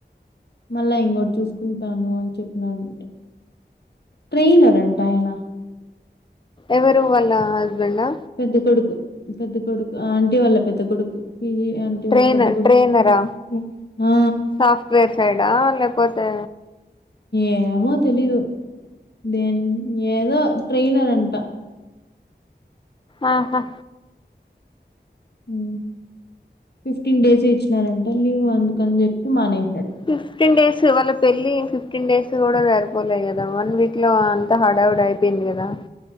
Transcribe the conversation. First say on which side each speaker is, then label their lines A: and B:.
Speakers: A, on the left; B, on the left.
A: మళ్ళా ఇంగోటి చూసుకుంటాను, అని చెప్పినాడాంట్. ట్రేనార్ అంట ఆయన.
B: ఎవరు వాళ్ళ. హస్బెండా
A: పెద్ద కొడుకు. పెద్ద కొడుకు ఆ ఆంటీ వాళ్ళ పెద్ద కొడుకు పీజీ ఆంటీ
B: ట్రైనర్
A: వాళ్ళు పెద్ద కొడుకు
B: ట్రైనరా
A: ఉ ఉ అ ఆ
B: సాఫ్ట్వేర్ సైడా లేకపోతే
A: ఏమో తెలీదు దేని ఏదో ట్రైనర్ అంట
B: ఆహా
A: ఉ ఫిఫ్టీన్ డేస్ ఇచ్చినారంట లీవ్ అందుకని చెప్పి మానే
B: ఫిఫ్టీన్ డేస్ వాళ్ళ పెళ్ళి ఫిఫ్టీన్ డేస్ కూడా సరిపోలే కదా వన్ వీక్ లో అంత హడావిడి అయిపోయింది కదా